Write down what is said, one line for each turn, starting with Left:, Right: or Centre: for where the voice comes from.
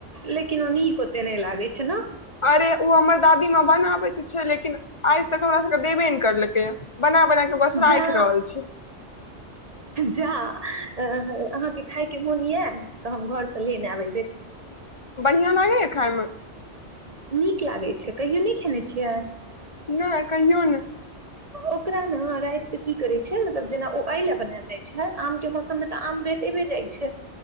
Right: लेकिन ओ नीक ओते नै लागै छै न
Left: अरे उ हमर दादी माँ बनाबै त छै लेकिन आइ तक हमरासबकेँ देबे नै केलकैया बना बना क बस राखि
Right: जा
Left: रहल छीयै
Right: जा अहाँके खायके मोन यए तऽ हम घर स लेने आएब यै बेर
Left: बढ़ियाँ लागै या खाय मे
Right: नीक लागै छै कहियो नै खेने छियाय
Left: ना कहियो नै
Right: ओकरा न रात के की करै छै मतलब जेना ओ एय लेए बनायल जाय छै आम के मौसम मे तऽ आम बेट देबे जाइ छै